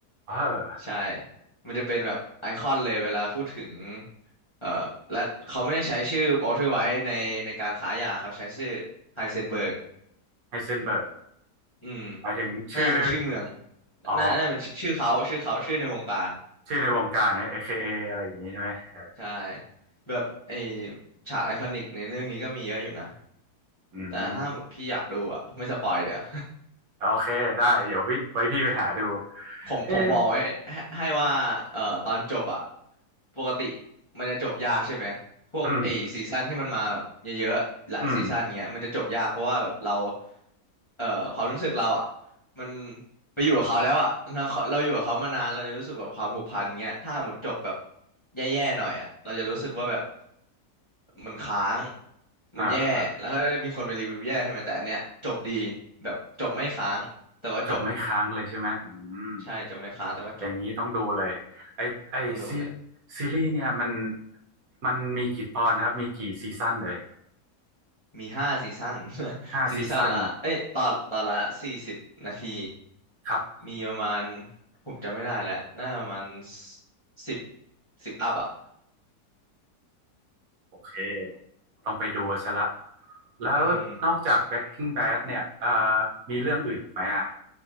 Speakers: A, on the right (about 65°); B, on the left (about 25°).
A: เออ
B: ใช่มันจะเป็นแบบไอคอนเลยเวลาพูดถึงเอ่อและเขาไม่ได้ใช้ชื่อวอลเทอร์ไวท์ในในการขายยาเขาใช้ชื่อไฮเซนเบิร์ก
A: ไฮเซนเบิร์ก
B: อืม
A: หมายถึงชื่อ
B: น่าเป็นชื่อเมือง
A: อ๋อ
B: น่าน่าเป็นชื่อชื่อเขาชื่อเขาชื่อในวงการ
A: ชื่อในวงการนะ AKA อเคเออะไรอย่างนี้ใช่ไหมเออ
B: ใช่แบบไอฉากไอคอนิกในเรื่องนี้ก็มีเยอะอยู่นะ
A: อืม
B: แต่ถ้าหมดพี่อยากดูอ่ะไม่สปอยเดี๋ยว
A: โอเคได้เดี๋ยวพี่ไว้พี่ไปหาดู
B: ผมผมบอกไว้ให้ให้ว่าเอ่อตอนจบอะ
A: เออ
B: ปกติมันจะจบยากใช่ไหมพวกไอ้ซีซั่นที่มันมาแบบเยอะๆหลายซีซั่นเงี้ยมันจะจบยากเพราะว่าแบบเรา
A: อืมอืม
B: เอ่อความรู้สึกเราอะมันไปอยู่กับเขาแล้วอะเราเราอยู่กับเขามานานเราจะรู้สึกแบบความผูกพันเงี้ยถ้าหมดจบแบบแย่ๆหน่อยอะเราจะรู้สึกว่าแบบมันค้าง
A: เออ
B: มันแย่แล้วก็มีคนไปรีวิวแย่ใช่ไหมแต่อันเนี้ยจบดีแบบจบไม่ค้างแต่ว่าจบ
A: จบไม่ค้างเลยใช่ไหมอืม
B: ใช่จบไม่ค้างแต่ว่าจบ
A: อย่างนี้ต้องดูเลยไอไอซี
B: ต้องดูเลย
A: ซีรีส์เนี่ยมันมันมีกี่ตอนครับมีกี่ซีซั่นเลย
B: มีห้าซีซั่น <laughs>
A: ห้าซีซั่น
B: ซีซั่น <laughs> ละเอ้ยตอนตอนละสี่สิบนาที
A: ครับ
B: มีประมาณ ผมจำไม่ได้แล้วน่าจะประมาณสิบสิบอัพอ่ะ
A: โอเคต้องไปดูซะละแล้วนอกจาก
B: อืม
A: Breaking Bad เนี่ยเอ่อมีเรื่องอื่นอีกไหมอ่ะ